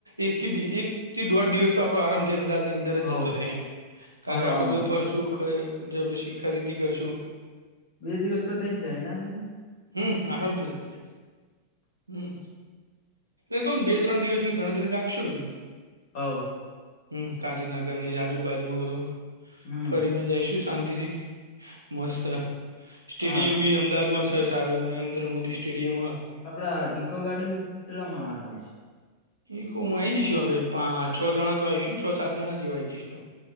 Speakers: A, on the right; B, on the left.
A: એકથી એક થી દોઢ દિવસ તો આપડો આરામથી અમદાવાદની અં દર
B: હોવ
A: જ જતો રહે એમ
B: ફરવામાં
A: કારણ કે આપડે બધો
B: જ
A: ફરશું પછી ખરીદી કરશું
B: બે દિવસ તો થઈ જાય ના થઈ
A: હમ આરામથી થય જાય હમ એકમ બે ત્રણ દિવસની ગણતરી રાખશું એમ
B: હવ
A: હમ ગાંધીનગરની આજુબાજુ બધું
B: હમ
A: ફરીને જઈશું શાંતિથી મસ્ત સ્ટેડિયમ
B: આ
A: ભી અમદાવાદમાં સારું નરેન્દ્ર મોદી સ્ટેડિયમ
B: આપડા ઈકો ગાર્ડન કેટલા માણસ આવશે
A: ઇકોમા આવી જઈશું આપડે પા છ જણા તો આવીશું છ સાત જણા જેવા આવી જઈશું